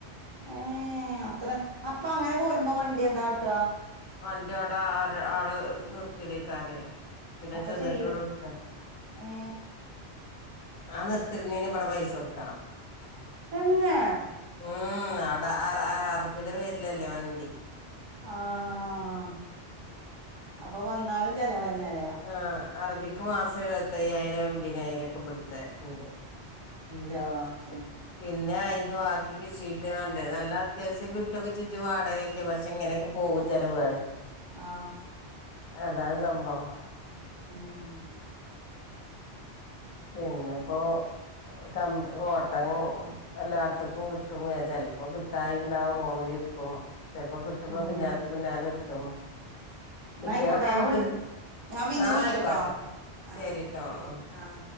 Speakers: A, on the right (about 25°); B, on the left (about 50°).
A: ഏ അത്ര അപ്പൊ അങ്ങനെ പോരുമ്പോ വണ്ടി എന്താ കാട്ടാ
B: വണ്ടി ആടെ ആ ആരെ അടെ നിർ തിടിക്കാറിയാം പിന്നെ
A: അപ്പൊ
B: ചെന്നിട്ടോളൂട്ക്ക
A: ചെയ്യും ഏ
B: ആ നിർത്തിരുന്നേന് ഇവിടെ പൈസ കൊടുക്കണം ഉം
A: തന്നെ
B: ആ അവിടെ അ അറബിയുടെ പേരിലല്ലേ വണ്ടി
A: ആഅപ്പൊ വന്നാലും ചിലവന്നേ
B: ആ അറബിക്ക് മാസം എഴുപത്ത അയ്യായിരം എമ്പതിനായിരം ഒക്കെബിടുത്തെണ്ട്
A: ല്ലാ ച് വെ
B: പിന്നെ അ പിന്നെ വാക്കി കിട്ടിട്ട് വാണ്ടേ നല്ല അത്യാവശ്യം കിട്ടൊക്കെ ചജും വാടകയൊക്കെ പക്ഷെ ഇങ്ങനെയൊക്കെ പോകും ചിലവുകളെ
A: ആ
B: അതാണ് സംഭവം
A: ഉം
B: പിന്നെപ്പോ ക ഓട്ടം എല്ലാർത്തക്കും കിട്ടും ചിലപ്പോ കിട്ടായിണ്ടാവൂ റൂമിൽ ചെലപ്പോ കിട്ടുമ്പോ
A: ഉം
B: പിന്നക്ക് പിന്നാല കിട്ടും
A: ന്നായിക്കോട്ടെ
B: കിട്ടയാക്കെ
A: ഞാൻ
B: നമക്ക്
A: വിളി
B: എടു
A: ഞാൻ പിന്നെ
B: ആ
A: വിളിച്ചട്ടോ
B: ആയിക്കോട്ടെ ശരിട്ടോ
A: ആഹ് ശരി.
B: ആ
A: ആഹ്